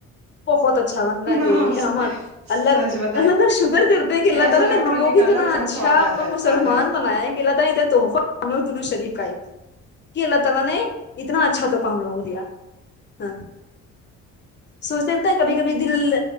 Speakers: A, on the left; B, on the right.
A: بہت اچھا بنتا ہے
B: ہاں
A: یہ لیے ہمار
B: سچ
A: اللہ
B: بتا رہے
A: اللہ کا شکر کر تے ہیں کہ اللہ
B: ایسا
A: تالی
B: لگتا
A: نا ہم
B: میں
A: لوگ
B: ایک
A: کتنا
B: الگ سا
A: اچھا
B: سواد آ
A: مطلب
B: جائے
A: مسلمان
B: آ جائے
A: بنایا کہ اللہ تعالی نے جو تحفہ درود شریف کا ایک کہ اللہ تعالی نے اتنا اچھا طوفہ ہم لوگوں کو دیا ہاں سوچتے ہوتا ہے کبھی کبھی دل